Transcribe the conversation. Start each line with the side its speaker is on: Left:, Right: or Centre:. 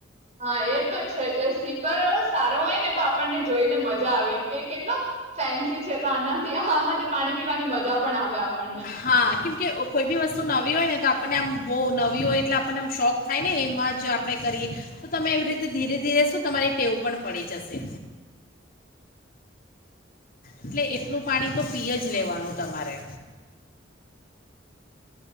Right: હા એ તો છે જે સ્વીપર હો સારો હોય ને તો આપણને જોઈને મજા આવે કે કેટલો ફેન્સી છે તો આનાથી આમાંથી પાણી પીવાની મજા પણ આવે. આપણને
Left: હા કેમ કે કોઈ બી વસ્તુ નવી હોય ને તો આપણને આમ બહુ નવી હોય એટલે આપણને આમ શોખ થાય ને એમાં જ આપણે કરીએ. તો તમે એવી રીતે ધીરે ધીરે શું તમારી ટેવું પણ પડી જશે. એટલે એટલું પાણી તો પીય જ લેવાનું તમારે.